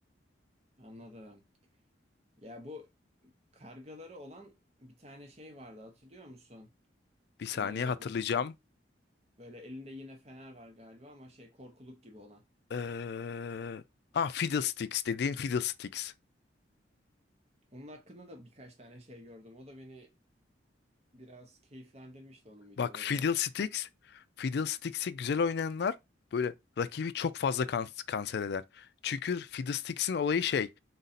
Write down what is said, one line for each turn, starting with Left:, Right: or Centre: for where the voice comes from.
Right: Anladım. Ya bu kargaları olan bir tane şey vardı hatırlıyor musun?
Left: Bir saniye
Right: Ee,
Left: hatırlayacağım.
Right: bu böyle elinde yine fener var galiba ama şey korkuluk gibi olan.
Left: Ee, ah Fiddlesticks dediğin Fiddlesticks.
Right: Onun hakkında da birkaç tane şey gördüm. O da beni biraz keyiflendirmişti onun videoları
Left: Bak Fiddlesticks,
Right: da.
Left: Fiddlesticks'i güzel oynayanlar böyle rakibi çok fazla kan- kanser eder. Çünkü Fiddlesticks'in olayı şey,